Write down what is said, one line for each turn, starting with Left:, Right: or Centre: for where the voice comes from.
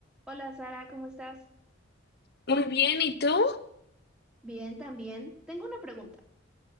Centre: Hola Sara, ¿cómo estás?
Left: Muy bien, ¿y tú?
Centre: Bien, también. Tengo una pregunta.